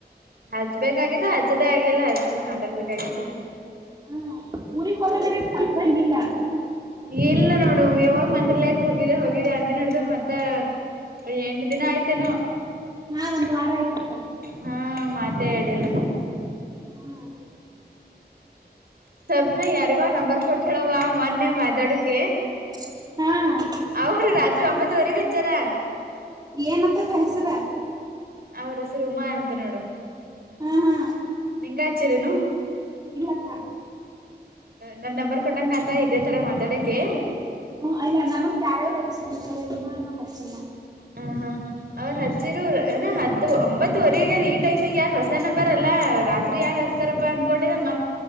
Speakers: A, on the right (about 65°); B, on the right (about 25°).
A: ಹಚ್ಬೇಕಾಗಿತ್ತು ಹಚ್ಚದೆೇ ಆಗಿಲ್ಲ ಹಚ್ಚಬೇಕ ಮಾತಾಡ್ಬೇಕಾಗಿತ್ತು
B: ಹಾ ಊರಿಗ್ ಹೋದದ ಹಕ್ದಂಗಿಲ್ಲ
A: ಇಲ್ಲ ನೋಡು ಯಾವಾಗ ಮಂತ್ರ ಲಯಾಕ್ ಹೋಗಿದ್ದ ಹೋಗಿದೆ ಅಂದ ನಡ್ದ ಮತ್ತೆ ಎಂಟು ದಿನ ಆಯ್ತೇನ
B: ಹಾ ಒಂದು ವಾರ ಆಯ್ತಕ್ಕ
A: ಹಾ ಮಾತೇ ಹೇಳಿಲ್ಲ
B: ಹ್ಮ
A: ಸ್ವಪ್ನ ಯಾರಿಗೋ ನಂಬರ್ ಕೊಟ್ಟಳವ ಮೊನ್ನೆ ಮೊಡ್ಕ
B: ಹ್ಮ್
A: ಅವ್ರ ರಾತ್ರಿ ಒಂಬತ್ತುವರೆಗೆ ಹಜಚ್ಚಾರ
B: ಏನತ್ತಕ್ಕೆ ಹೆಸರ
A: ಅವ್ರ ಹೆಸರು ಉಮಾ ಎಂತ ನೋಡು
B: ಹಾ ಹಾ
A: ನಿಂಗಚರನು
B: ಇಲ್ಲಕ್ಕ
A: ನನ್ ನಂಬರ್ ಕೊಟ್ಟಂಕ ಅಂತ ಇದೇ ತರ ಮಾತಾಡಕ್ಕೆೆ
B: ಹ್ಮ ಇಲ್ಲ ನನಗ್ ಬಾರೊರೋ ಹಚ್ಚಿದ ಕಮಾನು ಹಚ್ಚಿಲ್ಲ
A: ಹ ಹಾ ಅವ್ರ ಹಚ್ಚಿರ ಏನ ಹತ್ತು ಒಂಬತ್ತುುವರೆ ಆಗದ್ ಈ ಟೈಮಿಗೆ ಯಾರ ಹೊಸ ನಂಬರ್ ಅಲ್ಲ ರಾತ್ರಿ ಸ್ತ್ರಿ ಯಾರು ಹಸ್ತಾರಪ್ಪ ಅನ್ಕೊಂಡಿದ ಮ